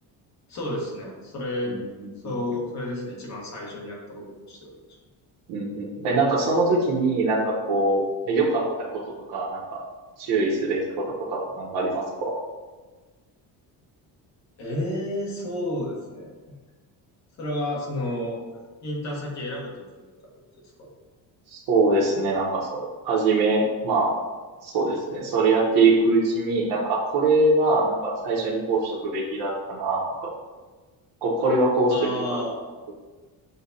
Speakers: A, on the left; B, on the right.
A: そうですね。それ、
B: うんうんうん
A: そう、それですね。一番最初にやったこととしては確かに。
B: うんうん。え、なんかその時になんかこう、ね良かったこととか、なんか注意すべきこととかなんかありますか
A: ええ、そうですね。それは、その、インターン先選ぶときにとかってことですか
B: そうですね。なんかその、はじめ、まあ、そうですね。それやっていくうちに、なんか、あ、これはなんか最初にこうしとくべきだったなとか、こ、これはこうしといてよかったなとか。
A: ああ